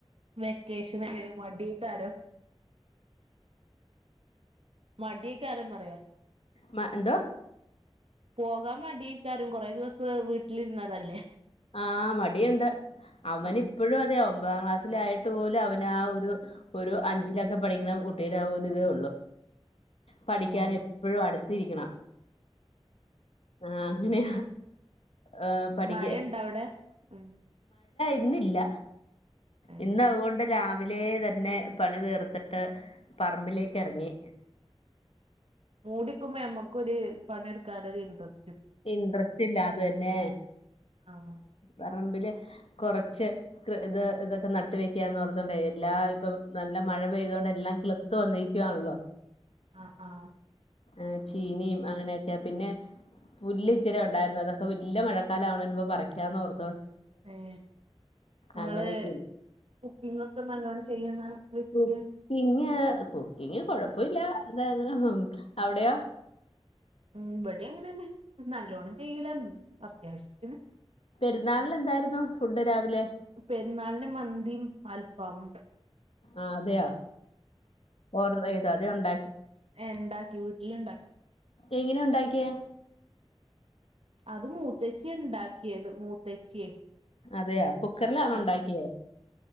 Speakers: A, on the right; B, on the left.
A: വെക്കേഷന് <unintelligible> മടി എയ്ക്കാരം. മടി എയ്കാരം പറയാ.
B: മ എന്തോ?
A: പോകാൻ മടി എയ്കാരം കൊറെ ദിവസം വീട്ട്ല് ഇര്ന്നതല്ലേ.
B: ആഹ് മടിയുണ്ട് അവൻ
A: ഉം
B: ഇപ്പഴും അതെ ഒ മ്പതാം ക്ലാസ്സിൽ ആയിട്ട് പോലും അവൻ ആ ഒരു ഒരു അഞ്ചിലൊക്കെ പഠിക്കണ കുട്ടിയുടെ ആ ഒരിതേ ഒള്ള്. പഠിക്കാൻ
A: ഏ
B: എപ്പഴും അട് ത്തിരിക്കണം ആഹ് അങ്ങനെയ ഏഹ് പഠി
A: ഴ ഇണ്ടോ അവിടെ ഉം.
B: ഇന്നില്ല.
A: ഏ
B: ഇന്ന് അതുകൊണ്ട് രാ വിലേ തന്നെ പണി തീർത്തിട്ട് പറമ്പിലേക്കെറങ്ങി.
A: മൂടിക്കുമ്പോ ഞമ്മക്കൊര് പണി ഇടുക്കാൻ ഒരു ഇൻട്രസ്
B: ഇൻട്രസ്റ്റ് ഇല്ല അത് തന്നെ
A: ആഹ്
B: പറമ്പില് കൊറച്ച് കൃ ഇത് ഇതൊക്കെ നട്ട് വെക്കാന്നോർത്തോണ്ടേ എല്ലാ ഇപ്പം നല്ല മഴ പെയ്തോണ്ട് എല്ലാം കിളിത്ത് വന്നേക്കുവാണല്ലോ.
A: ആഹ് ആഹ്
B: എ ചീനിയും അങ്ങനെയൊക്കെ പിന്നെ പുല്ല് ഇച്ചിരെ ഉണ്ടായിരുന്നു അതൊക്കെ വല്ലിയ മഴക്കാലം ആവ്ണേന്റെ മുമ്പ് പറയ്ക്കാന്ന് ഓർ
A: ഏ ഇങ്ങൾ
B: അങ്ങനെയൊക്കെ
A: കുക്കിങ്ങ് ഒക്കെ നല്ലോണം ചെയ്യ്ണ വ്യക്തിയ
B: കുക്കിങ് കുക്കിങ് കൊഴപ്പവില്ല തെ അങ്ങനെ ഉം അവിടെയോ
A: ഉം ബടിം അങ്ങനെന്നെ നല്ലോണം ചെയ്യൂല അത്യാവശ്യത്തിന്
B: പെരുന്നാളിൻ എന്തായിരുന്നു ഫുഡ് രാവിലെ
A: പെരുന്നാളിൻ മന്തിം അൽഫാമും
B: ആ അതെയോ ഓർഡറെ അതെ ഉണ്ട
A: എ ഇണ്ട വീട്ടിൽ ഇണ്ടാ
B: എങ്ങനെ ഉണ്ടാക്കിയെ
A: അത് മൂത്തച്ചി ഉണ്ടാക്കിയത് മൂത്തച്ചിയെ
B: അതെയാ കുക്കറിലാണോ
A: ആഹ്
B: ഉണ്ടാക്കിയത്
A: ആഹ്